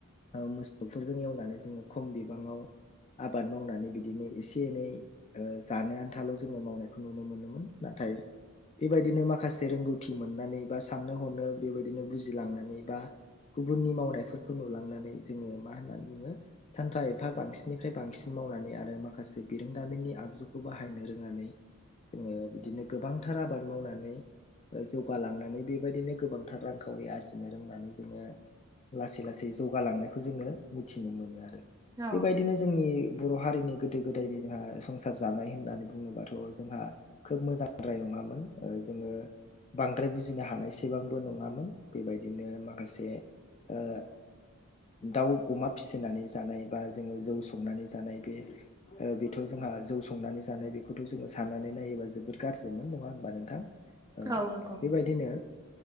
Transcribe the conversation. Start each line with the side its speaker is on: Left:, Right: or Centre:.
Left: मोसौफोरजों एवनानै जोंङो खम बिबाङाव आबाद मावनानै बिदिनो एसे एनै जानो आनथाल जोंङो मावनायखौ नुनो मोनोमोन ना थायो बेबायदिनो माखासे रोंगौथि मोननानै बा साननो हनो बेबायदिनो बुजिलांनानै बा गुबुननि मावनायफोर खौ नुलांनानै जोंङो मा होननानै बुंङो सानफा एफा बांसिननिफ्राय बांसिन मावनानै आरो माखासे बिरोंदामिननि आगजुखौ बाहायनो रोनानै जोंङो बिदिनो गोबांथार आबाद मावनानै जौगालांनानै बेबायदिनो गोबांथार रांखावरि आरजिनो रोंनानै जोंङो लासै लासै लासै जौगालांनायखौ जोंङो मिथिनो मोनो आरो
Right: औ
Left: बेबायदिनो जोंनि बर' हारिनि गोदो गोदायनि जोंहा संसार जानाय होननानै बुङोबाथ' जोंहा खोब मोजांद्राय नङा नङामोन जोंङो बांद्राय बुजिनो हानायसेबांबो नङामोन बेबायदिनो माखासे <inaudible> दाउ अमा फिसिनानै जानाय बा जोंङो जौ संनानै जानाय बे बेथ' जोंहा जौ संनानै जानाय बेखौथ' जोङो साननानै नायोबा जोबोद गाज्रिमोन नङा होमबा नोंथां
Right: औ नंगौ
Left: बेबायदिनो